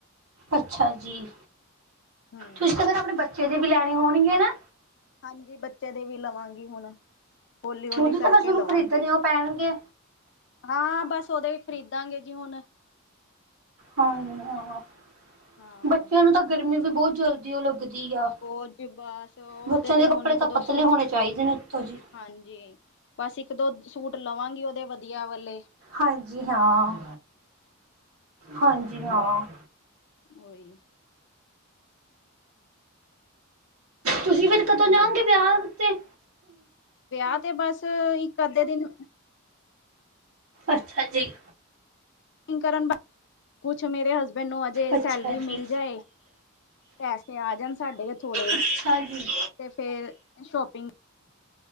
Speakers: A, on the right (about 80°); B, on the left (about 55°).
A: ਅੱਛਾ ਜੀ।
B: ਹੂੰ।
A: ਤੁਸੀਂ ਤਾਂ ਫੇਰ ਆਪਣੇ ਬੱਚੇ ਦੇ ਵੀ ਲੈਣੇ ਹੋਣਗੇ ਨਾ?
B: ਹਾਂਜੀ ਬੱਚੇ ਦੇ ਵੀ ਲਵਾਂਗੀ ਹੁਣ। ਹੌਲੀ ਹੌਲੀ
A: ਖੁਦ
B: ਕਰਕੇ
A: ਤੋ ਵੈਸੇ ਓਨੂੂ
B: ਲਵਾਂਗੇ
A: ਖਰੀਦਣੇ ਓ ਪੈਣਗੇ।
B: ਹਾਂ ਬਸ ਓਦੋਂ ਈ ਖਰੀਦਾਂਗੇ ਜੀ ਹੁਣ।
A: ਹਾਂਜੀ ਹਾਂ
B: ਹਾਂ
A: ਬੱਚਿਆਂ ਨੂੰ ਤਾਂ ਗਰਮੀ ਵੀ ਬੋ ਜਲਦੀ ਓ ਲੱਗਦੀ ਆ।
B: ਉਹ ਜ ਬਸ ਉਹਦੇ
A: ਬੱਚਿਆਂ
B: ਤੇ
A: ਦੇ
B: ਹੁਣ
A: ਕੱਪੜੇ
B: ਇੱਕ
A: ਤਾਂ
B: ਦੋ
A: ਪਤਲੇ
B: ਸੂ
A: ਹੋਣੇ ਚਾਈਦੇ ਨੇ ਉੱਤੋਂ ਜੀ।
B: ਹਾਂਜੀ ਬਸ ਇੱਕ ਦੋ ਸੂਟ ਲਵਾਂਗੀ ਓਦੇ ਵਧੀਆ ਵਲੇ।
A: ਹਾਂਜੀ ਹਾਂ, ਹਾਂਜੀ ਹਾਂ।
B: ਓਈ।
A: ਤੁਸੀਂ ਫੇਰ ਕਦੋਂ ਜਾਓਗੇ ਵਿਆ ਉਤੇ।
B: ਵਿਆ ਤੇ ਬਸ ਇੱਕ ਅੱਧੇ ਦਿਨ
A: ਅੱਛਾ ਜੀ।
B: ਸ਼ੋਪਿਗ ਕਰਨ, ਕੁਛ ਮੇਰੇ ਹਸਬੈਂਡ ਨੂੰ ਅਜੇ ਸੈਲਰੀ
A: ਅੱਛਾ ਜੀ
B: ਮਿਲ ਜਾਏ। ਪੈਸੇ ਆ ਜਾਣ ਸਾਡੇ ਕੋ ਥੋੜੇ
A: ਅੱਛਾ ਜੀ
B: ਤੇ ਫੇਰ ਸ਼ੋਪਿੰਗ